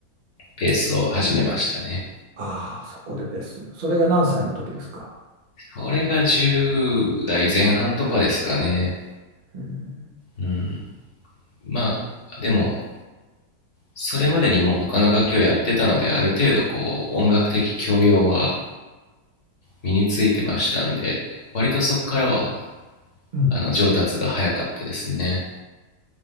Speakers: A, on the left (about 45°); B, on the right (about 75°).
A: ベースを始めましたね。
B: ああ、そこでベース。それが何歳の時ですか。
A: それが10代前半とかですかね。
B: うん
A: うん。まあ、でも、それまでにもう他の楽器をやってたので、ある程度こう音楽的教養は身についてましたんで、割とそこからは
B: うん。
A: あの上達が早かったですね。